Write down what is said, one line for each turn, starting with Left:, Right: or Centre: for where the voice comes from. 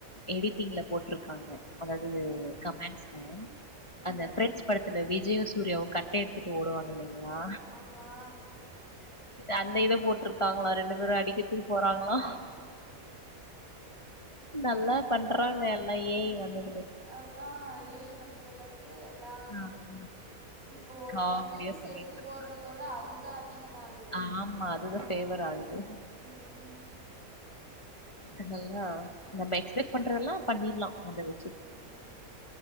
Left: எடிட்டிங்ல போட்ருக்காங்க அதாவுது
Right: ம்
Left: கமெண்ட்ஸ்
Right: ம்
Left: அந்த பிரென்ஸ் படத்துல விஜய்யு சூர்யாவு கட்டைய எடுத்துட்டு ஓடுவாங்க இல்லேங்களா
Right: ஆமா
Left: அந்த இத போட்ருக் காங்களா ரெண்டு பேரு அடிக்கிறதுக்கு போறாங்களா நல்லா பண்றாங்க எல்லா ஏஐ வந்தோன்
Right: அதா ஏ ஐ வந்தலருந் எல்லா
Left: ஆமா.
Right: இப்போ அந்த
Left: காமெடியா
Right: மாரி ரீல்ஸ்
Left: பண்ணிட்டு
Right: எடுத்து
Left: இருக்கு.
Right: போட்றதோட அது அதா அதிகமாகுது
Left: ஆமா அதுதா ஃபேவர் ஆகுது
Right: ம்
Left: அதல்லா நம்ம எக்ஸ்பெக்ட் பண்றதெல்லா பண்ணிட்லா அதவே
Right: ம்